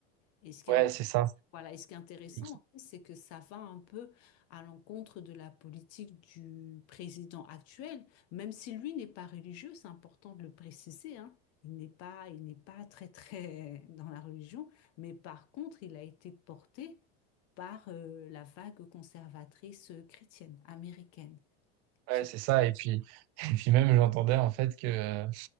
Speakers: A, on the left; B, on the right.
A: Et ce qui
B: Ouais,
A: est, int-
B: c'est ça.
A: voilà, et ce qui est intéressant,
B: Et qui-
A: c'est que ça va un peu à l'encontre de la politique du président actuel, même si lui n'est pas religieux, c'est important de le préciser, hein. Il n'est pas, il n'est pas très, très dans la religion, mais par contre, il a été porté par euh, la vague conservatrice euh, chrétienne, américaine.
B: Ouais,
A: Tu-
B: c'est ça. Et puis, <laughs> et puis même, j'entendais en fait que, euh,